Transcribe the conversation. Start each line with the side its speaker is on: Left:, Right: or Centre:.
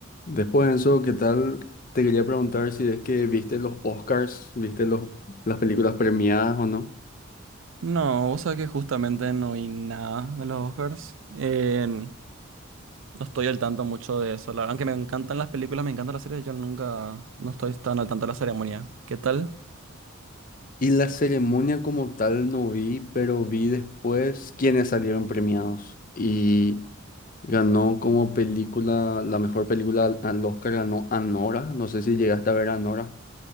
Left: Después de eso, ¿qué tal? Te quería preguntar si es que viste los Oscars, viste los, las películas premiadas o no.
Right: No, vos sabés que justamente no vi nada de los Oscars. Eh, no estoy al tanto mucho de eso. la verdad, aunque me encantan las películas, me encantan las series, yo nunca, no estoy tan al tanto de la ceremonia. ¿Qué tal?
Left: Y la ceremonia como tal no vi, pero vi después quiénes salieron premiados. Y ganó como película, la mejor película al al Oscar ganó Anora. No sé si llegaste a ver Anora.